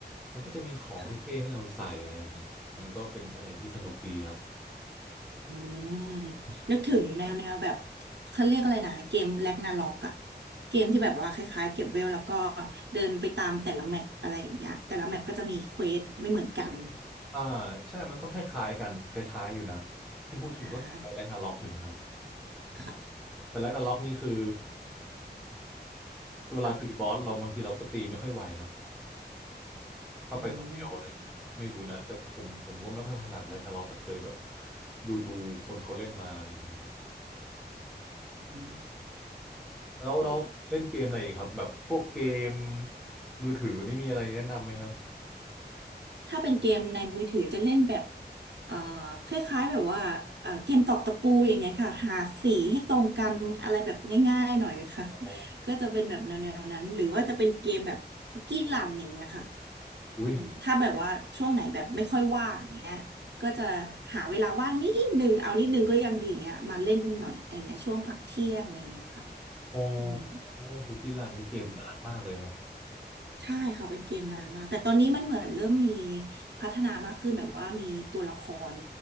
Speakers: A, in the centre; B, on the right.
A: มันก็จะมีของเท่ๆให้เราใส่อะไรอย่างเงี้ยมันก็เป็นอะไรที่สนุกดีครับ
B: ค่ะอืมนึกถึงแนวแนวแบบเขาเรียกอะไรนะเกมแร็กนาร็อกอะเกมที่แบบว่าคล้ายๆเก็บเวลแล้วก็เดินไปตามแต่ละแมปอะไรอย่างเงี้ยแต่ละแมปก็จะมีเควสไม่เหมือนกัน
A: อ่าใช่มันก็คล้ายๆกันคล้ายๆอยู่นะที่พูดถึงก็คล้ายแร็กนาร็อกอยู่นะครับ
B: อ่าค่ะ
A: แต่แร็กนาร็อกนี่คือเวลาตีบอสเราบางทีเราก็ตีไม่ค่อยไหวเนาะ
B: ค่ะ
A: ถ้าไปคนเดียวอะไรเงี้ยไม่รู้นะแต่ผมผมก็ไม่ค่อยถนัดแร็กนาร็อกแต่เคยแบบ
B: อืม
A: ดูดูคนเขาเล่นมาอะไรเงี้ยครับ
B: อืม
A: แล้วเราเล่นเกมอะไรอีกครับแบบพวกเกม
B: ก็
A: มือถือนี่มีอะไรแนะนำไหมครับ
B: ถ้าเป็นเกมในมือถือจะเล่นแบบเอ่อคล้ายๆแบบว่าเอ่อเกมตอกตะปูอย่างเงี้ยค่ะหาสีให้ตรงกันอะไรแบบง่ายๆหน่อยค่ะ
A: อ๋อ
B: <laughs> ก็จะเป็นแบบแนวๆนั้นหรือว่าจะเป็นเกมแบบคุกกี้รันอย่างเงี้ยค่ะ
A: อุ้ย
B: อืมถ้าแบบว่าช่วงไหนแบบไม่ค่อยว่างอย่างเงี้ยก็จะหาเวลาว่างนิดนึงเอานิดนึงก็ยังดีอย่างเงี้ยมาเล่นหน่อยอะไรเงี้ยช่วงพักเที่ยงอะไรเงี้ยค่ะ
A: อ๋อ
B: อืม
A: ฮุกกี้รันนี่เกมนานมากเลยนะ
B: ใช่ ใช่ค่ะเป็นเกมนานมากแต่ตอนนี้มันเหมือนเริ่มมีพัฒนามากขึ้นแบบว่ามีตัวละคร